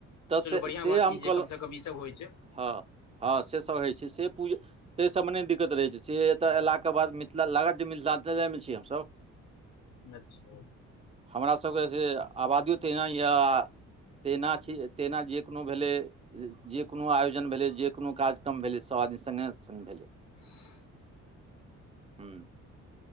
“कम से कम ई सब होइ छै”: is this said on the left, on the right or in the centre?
Left